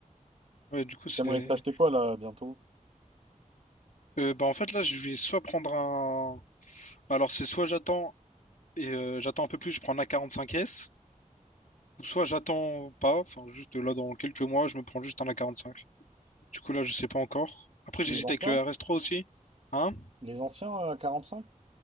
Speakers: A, on the left (about 65°); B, on the right (about 50°).
A: Ouais, du coup, c'est.
B: T'aimerais t'acheter quoi, là, bientôt?
A: Euh, bah, en fait, là, je vais soit prendre un. Alors, c'est soit j'attends et euh, j'attends un peu plus, je prends un A45S, ou soit j'attends pas, enfin, juste là, dans quelques mois, je me prends juste un A45. Du coup, là, je sais pas encore. Après, j'hésite
B: Les
A: avec
B: anciens?
A: le RS3 aussi. Hein?
B: Les anciens euh, à cinq.